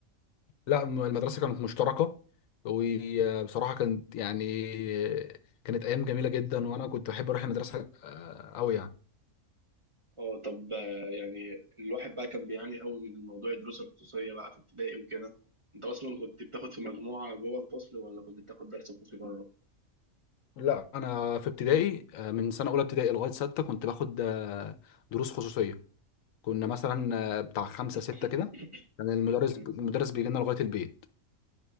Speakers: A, on the left; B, on the right.
A: لا م- المدرسة كانت مشتركة وبصراحة كانت يعني آه، كانت أيام جميلة جدا وأنا كنت بحب أروح المدرسة آه، أوي يعني
B: اه طب آه، يعني الواحد بقى كان بيعاني قوي من الموضوع الدروس الخصوصية بقى في ابتدائي وكده انت اصلا كنت بتاخد في مجموعة جوه الفصل ولا كنت بتاخد درس خصوصي بره؟
A: لا انا في ابتدائي آه، من سنه اولى ابتدائي لغايه سته كنت باخد آه، دروس خصوصيه كنا مثلا آه، بتاع خمسه
B: <coughs>
A: سته كده كان المدرس
B: مم.
A: المدرس بيجي لنا لغايه البيت